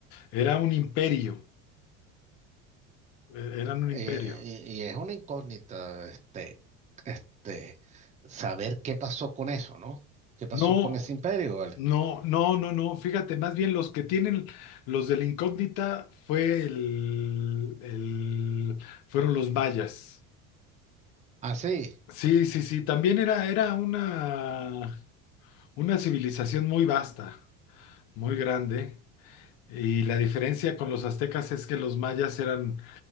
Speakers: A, on the left; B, on the right.
A: era un imperio, eh, eran un imperio.
B: y, y es una incógnita, este, este, saber qué pasó con eso, ¿no? ¿Qué pasó
A: No,
B: con ese imperio, vale?
A: no, no, no, no, fíjate, más bien los que tienen, los de la incógnita fue el, el- fueron los mayas.
B: Ah, sí.
A: Sí, sí, sí, también era, era una, una civilización muy vasta, muy grande, y la diferencia con los aztecas es que los mayas eran,